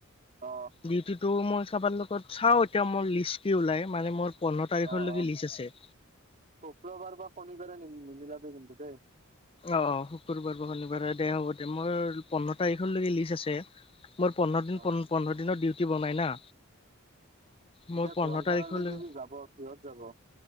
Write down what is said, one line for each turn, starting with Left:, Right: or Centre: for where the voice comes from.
Right: অ
Left: ডিউটিটো মই চাবাৰ লগত চাওঁ এতিয়া মোৰ লিষ্ট কি ওলাই, মানে মোৰ পোন্ধৰ তাৰিখলৈকে
Right: অ অ
Left: লিষ্ট আছে।
Right: শুক্ৰবাৰ বা শনিবাৰে নিমিলাবি কিন্তু দেই।
Left: অ অ শুকুৰবাৰ বা শনিবাৰে দে হ'ব দে মোৰ পোন্ধৰ তাৰিখলৈকে লিষ্ট আছে। মোৰ পোন্ধৰ দিন
Right: অ
Left: পোন্ধৰ দিনৰ ডিউটি বনাই না। মোৰ
Right: এতিয়া
Left: পোন্ধৰ
Right: গোৱালপাৰালৈকে
Left: তাৰিখলৈ
Right: যে যাব কিহঁত যাব?